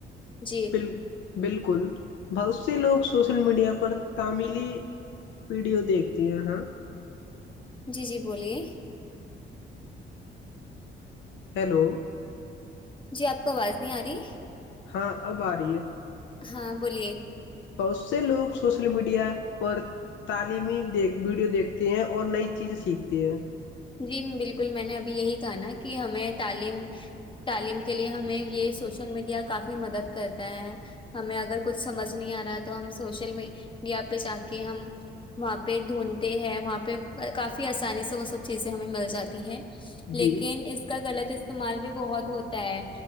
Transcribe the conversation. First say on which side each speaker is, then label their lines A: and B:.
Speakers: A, on the left (about 25°); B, on the left (about 70°).
A: جی
B: ب بالکل بہت سے لوگ سوشل میڈیا پر تمیلی ویڈیو دیکھتے ہیں ہاں
A: جی جی بولیے
B: ہیلو
A: جی آپ کو آواز نہیں آ رہی
B: ہاں اب آ رہی ہے
A: ہاں بولیے
B: بہت سے لوگ سوشل میڈیا پر تعلیمی د ویڈیو دیکھتے ہیں اور نئی چیزیں سیکھتے ہیں
A: جی بالکل میں نے ابھی یہی کہا ن کہ ہمیں تعلیم تعلیم کے لیے ہمیں یہ سوشل میڈیا کافی مدد کرتا ہے ہمیں اگر کچھ سمجھ نہیں آ رہا ہے تو ہم سوشل میڈیا پہ جا کے ہم وہاں پہ ڈھونڈتے ہیں وہاں پہ کافی آسانی سے وہ سب چیزیں ہمیں مل جاتی ہیں لیکن
B: جی
A: اس کا غلط استعمال بھی بہت ہوتا ہے